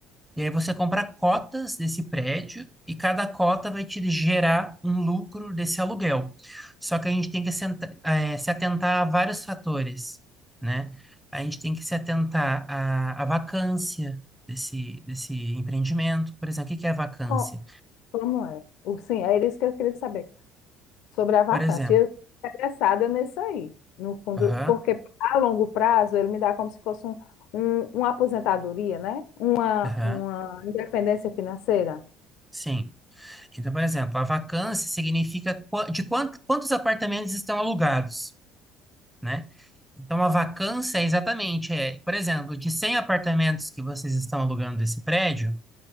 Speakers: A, in the centre; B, on the left.
A: E aí você compra cotas desse prédio e cada cota vai te gerar um lucro desse aluguel. Só que a gente tem que senta- eh, se atentar a vários fatores, né? A gente tem que se atentar à, à vacância desse, desse empreendimento. Por exemplo, o que que é a vacância?
B: Co- Como é? O- Sim, é isso que eu queria saber. sobre a vacância.
A: Por exemplo,
B: Eu estou interessada nisso aí, no fundo,
A: aham,
B: porque a longo prazo ele me dá como se fosse um, um- uma aposentadoria, né? Uma,
A: aham,
B: uma independência financeira.
A: sim. Então, por exemplo, a vacância significa qua- de quan- quantos apartamentos estão alugados. né? Então, a vacância é exatamente, é, por exemplo, de 100 apartamentos que vocês estão alugando desse prédio,